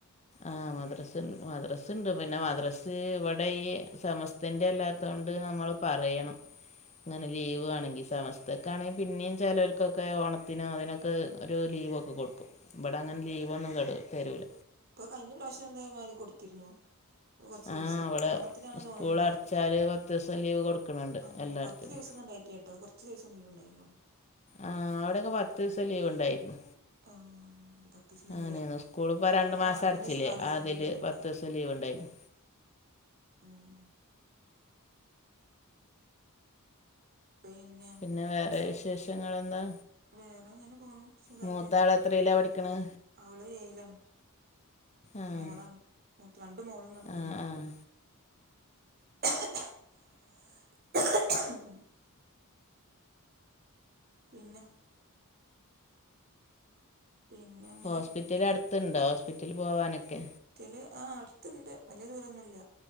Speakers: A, on the left (about 30°); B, on the right (about 45°).
A: ആ മദ്രസ് മദ്രസ്ണ്ട് പിന്നെ മദ്രസ് ഇവിടെ ഈ സമസ്തന്റല്ലാത്തോണ്ട് നമ്മള് പറയണം ങ്ങനെ ലീവ് വേണെങ്കി സമസ്ത്തക്കാണെങ്കി പിന്നിം ചെലോൽക്കൊക്കെ ഓണത്തിനാതിനൊക്കെ ഒരു ലീവൊ കൊട്ക്കും ഇബടങ്ങനെ ലീവൊന്നും കടു തരൂല.
B: ഇപ്പൊ കയ്ഞ്ഞ പ്രാവശ്യം എന്താ മാരി കൊടുത്തില്ലേ കൊറച്ചീസം
A: ആ ഇവിടെ
B: ഓണത്തിനാണ്
A: സ്കൂൾ
B: തോന്ന്ണ് ണ്ട്
A: അടച്ചാൽ
B: ട്
A: പത്ത് ദിവസം ലീവ് കൊടുക്കുന്നുണ്ട്
B: ആ
A: എല്ലായിടത്തിനും
B: പത് പത്ത് ദിവസൊന്ന് ഇണ്ടായിട്ടില്ല ട്ടൊ കൊർച്ച് ദിവസം ലീവ്ണ്ടായ്ന്നൊള്ളൂ.
A: ആ അവ്ടൊക്കെ പത്ത്സം ലീവിണ്ടായിരുന്നു
B: ആ ഇത് പത്ത് ദിവസൊന്നുമില്ല
A: അങ്ങനെണ് സ്കൂള്പ്പ രണ്ടു
B: മൂന്ന്
A: മാസം അടച്ചീലെ
B: മൂന്ന് ദിവസം നാല് ദിവസം
A: അതീല്
B: അങ്ങനെ എന്തോ ലീവ്
A: പത്തൂസം
B: ഉണ്ടായിരുന്നു
A: ലീവ്ണ്ടായിരുന്നു
B: ഉം പിന്നെ
A: പിന്നെ വേറെ വിശേഷങ്ങളെന്താ?
B: വേറെ ഇങ്ങനെ പോണു. സുഖമായിട്ട്
A: മൂത്താള് എത്രീലാ പഠിക്ക്ണ്?
B: അവള് ഏയിലാണ്
A: ആഹ്
B: മോളാണ് മൂത്ത രണ്ട് മോളും
A: ആഹ്
B: ഒരു മോനാണ്.
A: ആഹ്
B: <unintelligible> പിന്നെ പിന്നെ ഇങ്ങനെ
A: ഹോസ്പിറ്റല് അട്ത്ത്ണ്ടോ ഹോസ്പിറ്റലി പോവാനൊക്കെ
B: ത്തില് ആ അട്ത്ത്ണ്ട് വല്ല്യ ദൂരൊന്നുല്ല